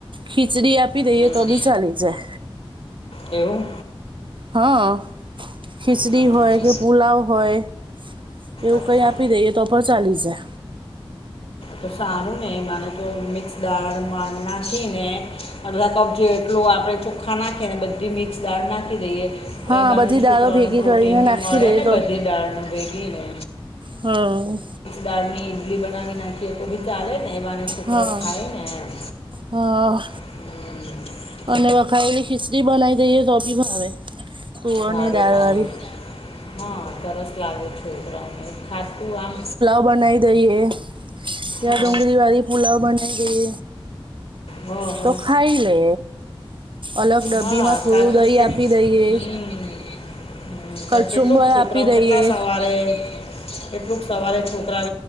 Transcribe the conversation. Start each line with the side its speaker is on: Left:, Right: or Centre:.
Right: ખીચડી આપી દઈએ
Left: હમ
Right: તો બી ચાલી જાય.
Left: એવું
Right: હં ખિચડી
Left: હમ હમ
Right: હોય
Left: હમ
Right: કે પુલાવ હોય એવું
Left: અચ્છા
Right: કઈ આપી દઈએ તો પણ ચાલી જાય.
Left: તો સારું ને એ બાને તો મિક્સ દાળ માં નાંખી ને અડધા કપ જેટલુ આપણે ચોખ્ખા નાખીએ ને બધી મિક્સ દાળ નાખી દઈએ.
Right: હા
Left: એ બાને
Right: બધી દાળો
Left: છોકરાને
Right: ભેગી
Left: પ્રોટીની
Right: કરીને નાખી
Left: મળે
Right: દઈએ
Left: ને બધી દાળ ન ભેગી ને.
Right: હમ્મ.
Left: દાળની ઈડલી બનાવી નાખીએ તો બી ચાલે ને એવાને છોકરા
Right: હા
Left: ખાય ને એમ.
Right: હા.
Left: હમ્મ.
Right: અને વખાવેલી ખીચડી બનાવી દઈએ તો બી ભાવે તુવેર
Left: ભાવે
Right: ની દાળ
Left: ભાવે
Right: વાળી.
Left: હા સરસ લાગે છોકરાઓને ખાતું આમ
Right: બનાઈ દઈએ યા
Left: હ
Right: ડુંગળી વાળી પુલાવ બનાઈ દઈએ.
Left: હ હ
Right: તો ખાઈ લે. અલગ ડબ્બી
Left: હા
Right: માં થોડું
Left: સાચું
Right: દહી
Left: કેટ
Right: આપી દઈએ.
Left: હમ હમ
Right: કચુંબર
Left: કેટલુંક છોકરાઓ
Right: આપી દઈએ
Left: કેટલા સવારે કેટલુંક સવારે છોકરા